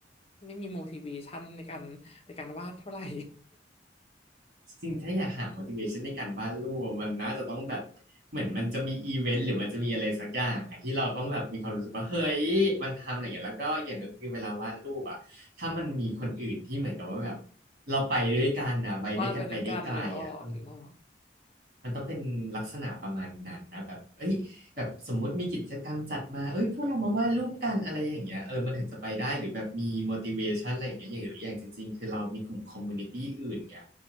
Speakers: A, on the left; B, on the right.
A: ไม่ไมมี motivation ในการในการวาดเท่าไหร่
B: จริงๆถ้าอยากหา motivation ในการวาดรูปอะมันน่าจะต้องแบบเหมือนมันจะมีอีเวนต์หรือมันจะมีอะไรสักอย่างอะที่เราต้องแบบมีความรู้สึกว่าเฮ้ยมันทำอะไรอย่างเงี้ยแล้วก็อีกอย่างก็คือเวลาวาดรูปอ่ะถ้ามันมีคนอื่นที่เหมือนกับว่าแบบเราไปด้วยกันนะไปด้วยกันไปได้ไกลอ่ะเออ
A: <laughs> วาดไปด้วยกันหรือออกนึกออก
B: มันต้องเป็นลักษณะประมาณนั้นนะแบบเอ้ยแบบสมมุติมีกิจกรรมจัดมาเอ้ยพวกเรามาวาดรูปกันอะไรอย่างเงี้ยเออมันถึงจะไปได้หรือแบบมี motivation อะไรอย่างเงี้ยอย่างหรืออย่างจริงๆคือเรามีกลุ่ม community อื่นเงี้ย